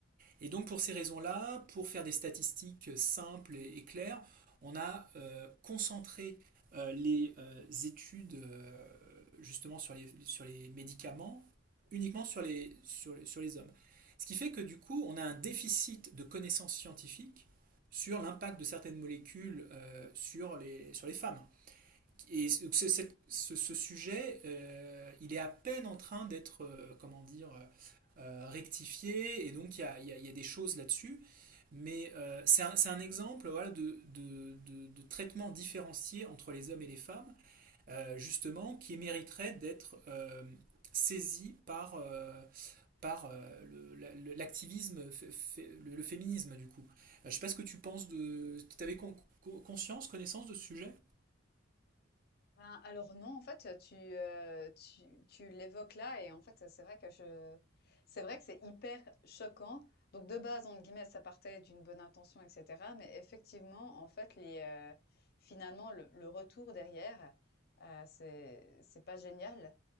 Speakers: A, on the right (about 40°); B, on the left (about 50°).
A: Et donc pour ces raisons-là, pour faire des statistiques simples et, et claires, on a euh, concentré euh, les euh, études euh, justement sur les, sur les médicaments uniquement sur les, sur, les- sur les hommes. Ce qui fait que du coup, on a un déficit de connaissances scientifiques sur l'impact de certaines molécules euh, sur les, sur les femmes. Et donc, ce, cette- ce- ce sujet, euh, il est à peine en train d'être, euh, comment dire, euh, euh, rectifié, et donc il y a, y a- y a des choses là-dessus. Mais euh, c'est un, c'est un exemple voilà, de, de, de- de traitement différencié entre les hommes et les femmes, euh, justement, qui mériterait d'être euh, saisi par, euh, par euh, le- l'activisme, le, le féminisme, du coup. Euh, je ne sais pas ce que tu penses de... Tu avais con- con- conscience, connaissance de ce sujet?
B: Ben, alors non, en fait, tu, heu, tu tu l'évoques là et en fait, c'est vrai que je c'est vrai que c'est hyper choquant. Donc de base, entre guillemets, ça partait d'une bonne intention et cetera, mais effectivement, en fait, les, heu, finalement, le le retour derrière, heu, c'est c'est pas génial